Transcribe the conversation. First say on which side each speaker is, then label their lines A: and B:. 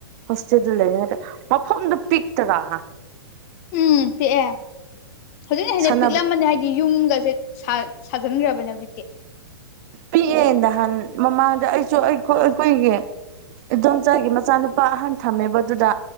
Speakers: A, on the right; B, on the left.
A: ꯍꯣꯁꯇꯦꯜꯗꯨ ꯂꯩ <unintelligible> ꯃꯐꯝꯗꯨ ꯄꯤꯛꯇꯔ
B: ꯎꯝ ꯄꯤꯛꯑꯦ ꯍꯧꯖꯤꯛꯅ ꯍꯦꯟꯅ
A: ꯁꯥꯟꯅꯕ
B: ꯄꯤꯛꯂꯝꯃꯅꯤ ꯍꯥꯏꯗꯤ ꯌꯨꯝꯒꯁꯦ ꯁꯥ ꯁꯥꯖꯤꯟꯈ꯭ꯔꯕꯅꯦ ꯍꯧꯖꯤꯛꯇꯤ
A: ꯄꯤꯛꯑꯦ ꯅꯍꯥꯟ ꯃꯃꯥꯡꯗ ꯑꯩꯁꯨ ꯑꯩ ꯑꯩꯈꯣꯏꯒꯤ ꯏꯟꯗꯣꯝꯆꯥꯒꯤ ꯃꯆꯥꯅꯨꯄꯥ ꯑꯍꯟ ꯊꯝꯃꯦꯕ ꯑꯗꯨꯗ